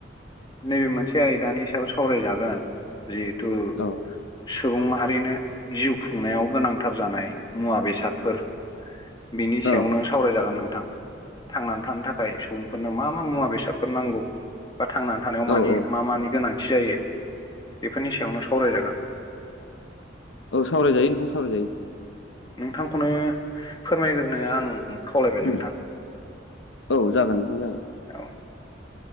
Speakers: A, on the left; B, on the left.
A: नैबे मोनसे आयदानि सायाव सावरायजागोन जि तु
B: औ
A: सुबुं माहारिनो जिउ खुंनायाव गोनांथार जानाय मुवा बेसादफोर बिनि सायावनो
B: औ
A: सावरायजागोन नोंथां थांनानै थानो थाखाय सुबुंफोरनो मा मा मुवा बेसाद बेसादफोर नांगौ बा थांनानै थानायाव मानि
B: औ औ
A: मा मानि गोनां थि जायो बेफोरनि सायावनो सावरायजागोन।
B: औ सावरायजायो नोंथां सावरायजायो।
A: नोंथांखौनो फोरमायग्रोनो आं खावलायबाय
B: उम
A: नोंथां
B: औ जागोन नोंथां जागोन।
A: औ